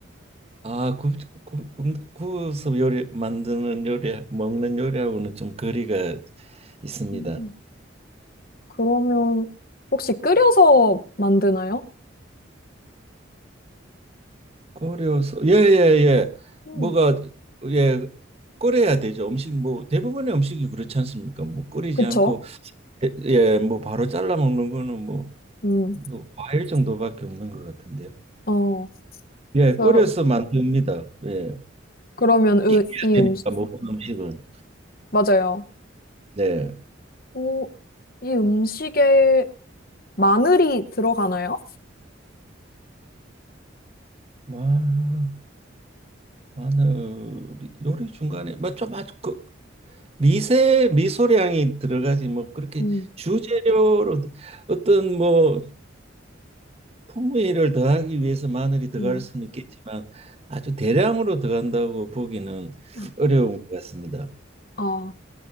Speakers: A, on the right (about 30°); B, on the left (about 50°).
A: 아, 구, 구, 구, 구워서 요리, 만드는 요리, 먹는 요리하고는 좀 거리가 있습니다.
B: 음, 그러면 혹시 끓여서 만드나요?
A: 고려서 예예예
B: 음,
A: 뭐가 예 끓여야 되죠 음식 뭐 대부분의 음식이 그렇지 않습니까 뭐 끓이지
B: 그쵸?
A: 않고 예 예, 뭐 바로 잘라 먹는 거는 뭐,
B: 음,
A: 뭐 과일 정도밖에 없는 것 같은데요
B: 어,
A: 예 끓여서
B: 그러,
A: 만듭니다 예
B: 그러면 으,
A: 익혀야
B: 이
A: 되니까
B: 음식,
A: 모든 음식은
B: 맞아요.
A: 네
B: 오, 이 음식에 마늘이 들어가나요?
A: 마, 마늘 요리 중간에 뭐좀 아주 그 미세 미소량이 들어가지 뭐 그렇게
B: 음,
A: 주재료로 어떤 뭐 풍미를 더하기 위해서 마늘이 들어갈
B: 음.
A: 수는 있겠지만 아주 대량으로 들어간다고 보기는
B: 아,
A: 어려운 것 같습니다.
B: 아,